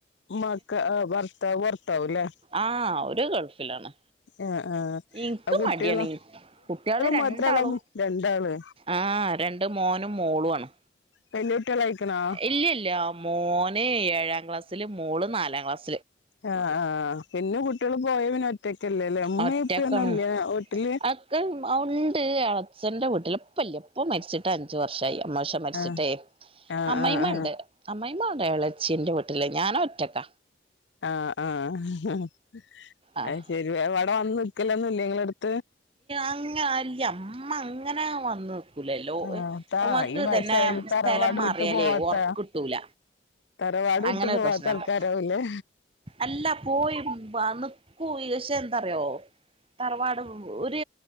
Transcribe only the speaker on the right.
ആ ഒരു ഗൾഫിലാണ്
ഇക്ക്
മടിയാന കുട്ടികള് രണ്ടാളും
ആഹ രണ്ട മോനും മോളും ആണ്
ഇല്ലല്ല മോന് ഏഴാം ക്ലാസ്സില് മോള് നാലാം ക്ലാസ്
ഒറ്റക്കാണ്
അക്കെ ഉണ്ട് അച്ഛന്റെ വീട്ടിലെ പ്പ ഇല്ല പ്പ മരിച്ചിട്ട് അഞ്ച് വർഷായി അമ്മോശ മരിച്ചിട്ടേ
അമ്മായിമ്മ
ണ്ട് അമ്മ മ്മ എളച്ചീന്റെ വീട്ടിലേ ഞാനൻ ഒറ്റക്ക
ആഹ്
അങ്ങന അല്ല അമ്മ അങ്ങനെയ വന്ന് നിക്കൂലല്ലോ
ഇമ്മാക്ക്
തന്നെ
സ്ഥലം മാറിയാലേ
ഒർക്കിട്ടൂല
അങ്ങനെ
ഒരു പ്രശ്നണ്ട്
അല്ല പോയി അന്ന് പോയി പഷേ എന്താറിയോ തറവാട് ഒരു